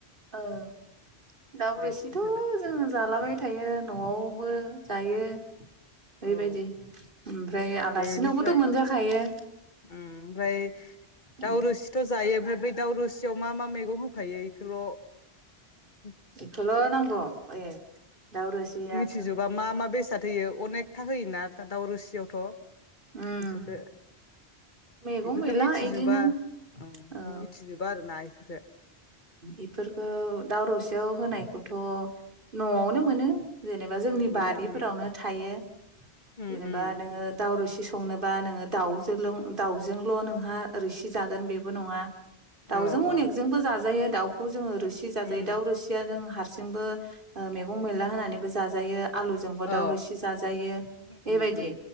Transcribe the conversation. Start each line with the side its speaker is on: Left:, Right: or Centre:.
Right: ओं दाउ रोसिथ'
Left: दे खोन्थादो
Right: जोङो जालाबाय थायो। न'आव बो जायो ओरैबायदि
Left: औ
Right: ओमफ्राय आलासिनावबोथ'
Left: दे बेनिफ्राय
Right: मोनजाखायो
Left: ओमफ्राय
Right: उम।
Left: दाउ रोसिथ' जायो ओमफ्राय बै दावरुस याव मा मा मैगं होफायो? खोल'
Right: इखौल' नांगौ ए दाउ रोसिया
Left: <unintelligible> बा मा मा बेसाद होयो अनेकथा होयोना दा दाउ रोसियावथ'
Right: उम
Left: इफोरखो
Right: मैगं
Left: इफोरखौ
Right: मैला
Left: मिथिजोबा
Right: इदिनो
Left: ओं
Right: औ
Left: मिथिजोबा आरोना <unintelligible>
Right: इफोरखौ दाव रसियाव होनायखौथ' न'आवनो मोनो। जेनेबा जोंनि
Left: मोनो
Right: बारिफोरावनो‌
Left: उम
Right: थायो।
Left: उम
Right: जेनेबा
Left: उम
Right: नोङो दाव रोसि संनोबा नोङो दाउजोलों दाउजोंल' नोंहा रोसि जागोन बेबो नङा दाउजों
Left: औ औ
Right: अनेकजोंबो जा जायो दाउखौ जोङो रुसि जाजायो
Left: उम
Right: दाउ रोसिया जों हा सिंबो ओ मेगं मैला होनानैबो जाजायो आलुजोंबो
Left: औ
Right: दाउ रोसि जाजायो
Left: उम
Right: बेबायदि
Left: उम